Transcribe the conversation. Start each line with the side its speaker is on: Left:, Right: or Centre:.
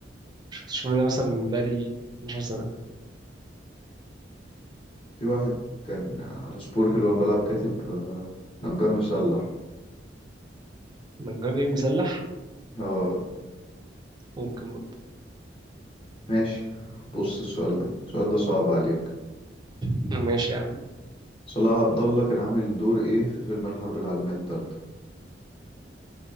Right: شفتش الفيلم ده مثلا من بقالي 12 سنة
Left: في واحد كان على سبورك اللي وانا بلعب كاتب آه، نجار مسلح
Right: نجار ايه مسلح
Left: اه
Right: ممكن برضه
Left: ماشي بص السؤال ده السؤال ده صعب عليك
Right: ماشي يا عم
Left: صلاح عبد الله كان عامل دور ايه في فيلم الحرب العالمية التالتة